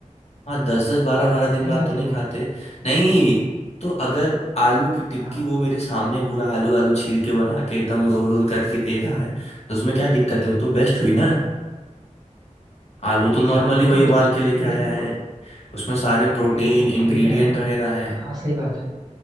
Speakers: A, on the left; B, on the right.
A: हाँ दस दस बारह बारह दिन
B: नहीं
A: बाद
B: खाते
A: तो नहीं
B: होगे
A: खाते नहीं तो अगर
B: और
A: आलू की टिक्की
B: हाँ
A: वो मेरे सामने पूरा आलू आलू छील के बना के एकदम रोल रोल करके दे रहा है तो उसमें क्या दिक्कत है वो तो बेस्ट हुई ना
B: अच्छा
A: आलू
B: ठीक
A: तो नॉर्मली
B: है हाँ ये
A: वही
B: तो बेस्ट
A: उबाल
B: हुई
A: के लेके
B: लेकिन
A: आया
B: वो
A: है
B: तो
A: उसमें सारे प्रोटीन
B: भाई देखो
A: इंग्रेडिएंट
B: अभी क्या है ना
A: वगैरह है
B: हाँ सही बात है